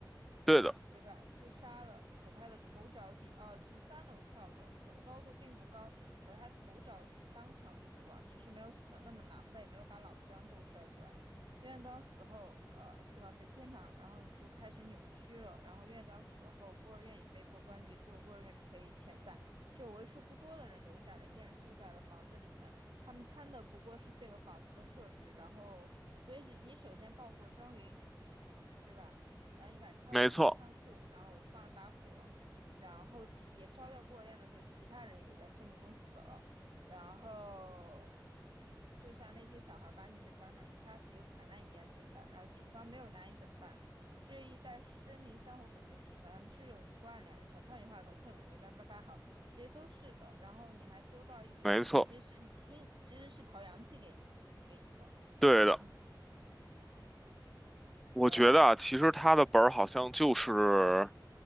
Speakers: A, in the centre; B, on the right (about 85°).
A: 对的，
B: 对吧？自杀了，可他的头着地，啊，从三楼跳的，可高度并不高，可是他头着地，当场死亡，只是没有死的那么狼狈，没有把脑浆都摔出来。院长死后，呃，希望在天堂，然后你就开始扭曲了。然后院长死后，孤儿院也被迫关闭，所有孤儿院被遣散，只有为数不多的人留下来，依然住在了房子里面。他们贪的不过是这个房子的设施，然后，所以是你首先报复了庄云。对吧？然后你把敲晕了仓库，
A: 没错，
B: 然后放了把火，然后其也烧掉孤儿院的时候，其他人也在睡梦中死了。然后就像那些小孩把你的小鸟掐死又踩烂一样简单。然后警方没有拿你怎么办？这一带森林山火本就频繁，他们拘留你、关了两小套你话和蹭你叭叭叭好，这些都是的。然后你还收到一笔遗产，
A: 没错，
B: 其实是你亲，其实是陶阳寄给你的，给你的。
A: 对的。
B: 嗯，
A: 我觉得啊，
B: 呃，
A: 其实他的本儿好像就是